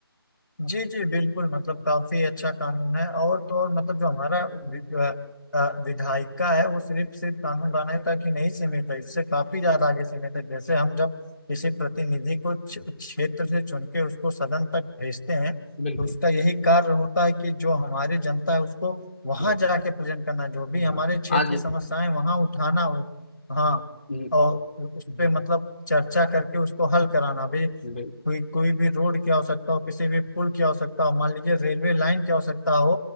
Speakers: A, on the left; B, on the left.
A: जी जी बिल्कुल मतलब काफी अच्छा कानून है और तो और मतलब जो हमारा वि- अ, अ, विधायिका है वो सिर्फ सिर्फ कानून बनाने तक ही नहीं सीमित है इससे काफी ज्यादा आगे सीमित है जैसे हम जब किसी प्रतिनिधि को क्ष- क्षेत्र से चुन के उसको सदन तक भेजते हैं
B: बिल्कुल
A: तो उसका यही कार्य होता है कि जो हमारी जनता है उसको वहां
B: बिल्कुल
A: जाके प्रेजेंट करना जो भी
B: हाँ।
A: हमारे क्षेत्र
B: आज
A: की समस्याएं वहां उठाना हो हाँ
B: हम्म,
A: और उ- उस
B: हम्म,
A: पे मतलब चर्चा करके उसको हल कराना भी
B: बिल-
A: कोई कोई भी रोड की आवश्यकता हो किसी भी पुल की आवश्यकता हो मान लीजिए रेलवे लाइन की आवश्यकता हो